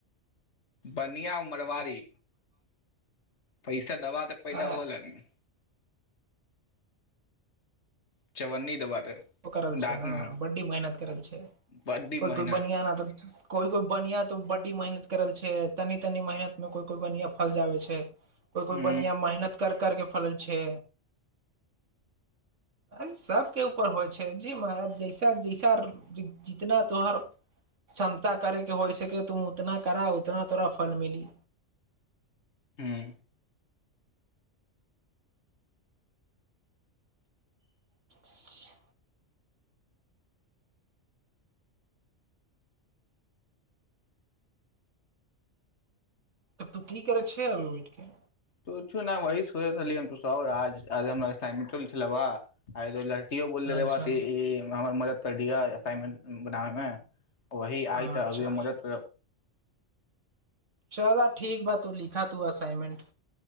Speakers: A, on the left; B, on the right.
A: बनिया मरवारी पैसा दबा तऽ पैदा
B: आ
A: होय तानी चवन्नी दबा त
B: करल छै
A: दाँत
B: ने
A: में
B: बड्डी मेहनत करल छै
A: बड्डी
B: कोइ
A: मेहनत
B: कोइ बनिया न त कोइ कोइ बढनिया तो बडी मेहनत करल छै तनी तनी मेहनत में कोई कोई बढनिया फल जाबे छै कोइ कोइ
A: हूँ
B: बनिया मेहनत कर करके फलल छै अरे सबकेउ होइ छै जी म जैसा जैसा जितना तोहर क्षमता करेके होइ सके तुम उतना करा उतना तोरा फल मिली
A: ह्म
B: <inaudible> तब तू की करै छ अभी बैठके
A: तोछू न वही सोचातनी हम तु आजज हमरा टाइम लिखलेबा आ एगो लड़कियो बोल लेलेबा
B: अच्छा
A: त ई हमर मदद कर दियह असाइनमेंट बनाबे मे वही आइ
B: अच्छा
A: तऽ अभी मदद
B: चल ठीक बा तू लिखा तू असाइनमेंट